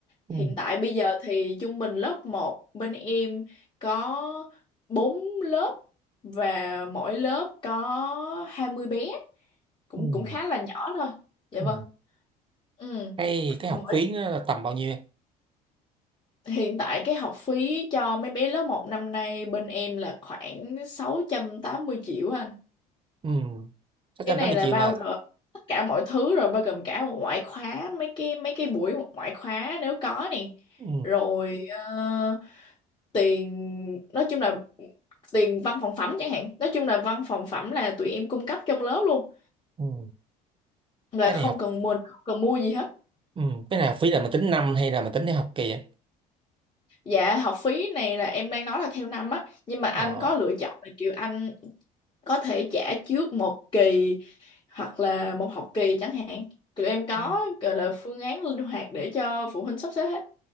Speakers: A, on the right (about 25°); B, on the left (about 25°).
A: ừ,
B: hiện tại bây giờ thì trung bình lớp một bên em có 4 lớp và mỗi lớp có hai mươi bé cũng
A: ừ,
B: cũng khá là nhỏ thôi dạ
A: ừ.
B: vâng ừ
A: cái cái
B: mỗi
A: học phí nó là tầm bao nhiêu em
B: hiện tại cái học phí cho mấy bé lớp một năm nay bên em là khoảng 680 triệu anh.
A: ừ. sáu
B: Cái
A: trăm
B: này
A: tám mươi
B: là
A: triệu
B: bao
A: là
B: gồm tất cả mọi thứ rồi bao gồm cả ngoại khóa mấy cái mấy cái buổi ngoại khóa nếu có nè.
A: ừ.
B: Rồi ờ, tiền nói chung là tiền văn phòng phẩm chẳng hạn. Nói chung là văn phòng phẩm là tụi em cung cấp trong lớp luôn,
A: ừ.
B: là
A: cái
B: không
A: này học
B: cần mua không cần mua gì hết.
A: ừ. cái này học phí là mình tính năm hay là mình tính theo học kỳ em
B: Dạ học phí này là em đang nói là theo năm á, nhưng mà anh
A: ờ,
B: có lựa chọn là kiểu anh có thể trả trước một kỳ hoặc là một học kỳ chẳng hạn tụi em có
A: ừ,
B: gọi là phương án linh hoạt để cho phụ huynh sắp xếp hết